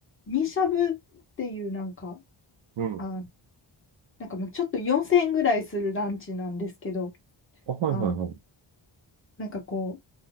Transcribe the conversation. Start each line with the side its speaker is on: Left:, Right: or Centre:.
Left: ミしゃぶっていうなんか、
Right: い。うん。
Left: あ、なんかもうちょっと4000円ぐらいするランチなんですけど、
Right: あ、はいはいはい。
Left: あの、なんかこ